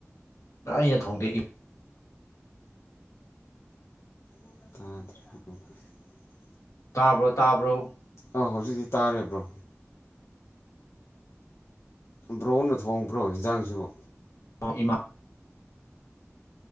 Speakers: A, on the left; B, on the left.
A: ꯑꯩꯅ ꯊꯣꯡꯗꯦꯛꯏ
B: ꯇꯥꯗꯔꯦ
A: ꯇꯥꯕ꯭ꯔꯣ ꯇꯥꯕ꯭ꯔꯣ
B: ꯑꯥ ꯍꯧꯖꯤꯛꯇꯤ ꯇꯥꯔꯤꯕ꯭ꯔꯣ ꯕ꯭ꯔꯣꯟꯅ ꯊꯣꯡꯕ꯭ꯔꯣ ꯌꯦꯟꯖꯥꯡꯁꯤꯕꯨ
A: ꯏꯃꯥ